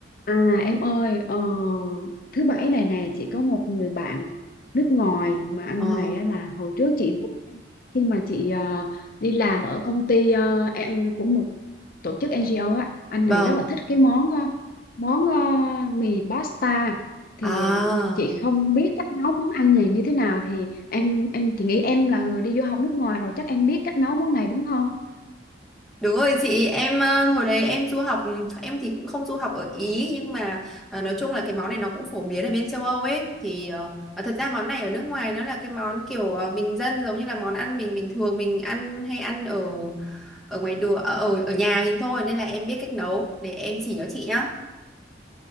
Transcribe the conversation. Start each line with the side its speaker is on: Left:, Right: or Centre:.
Left: À em ơi, ờ, thứ bảy này nè chị có một người bạn nước ngoài mà anh
Centre: Ờ,
Left: này á là hồi trước chị quen khi mà chị ờ, đi làm ở công ty ờ, em của một tổ chức NGO á, anh
Centre: vâng.
Left: này rất là thích cái món ờ, món ờ, mì pasta thì
Centre: À,
Left: ờ, chị không biết cách nấu món ăn này như thế nào thì em em chị nghĩ em là người đi du học nước ngoài rồi chắc em biết cách nấu món này đúng không?
Centre: đúng rồi chị, em ờ, hồi đấy em du học, em thì cũng không du học ở Ý nhưng mà à, nói chung là cái món này nó cũng phổ biến ở bên châu Âu ấy thì ờ, và thật ra món này ở nước ngoài nó là cái món kiểu ờ, bình dân giống như là món ăn mình bình thường mình ăn hay ăn ở ở ngoài đường ở ở ở nhà mình thôi nên là em biết cách nấu để em chỉ cho chị nhá.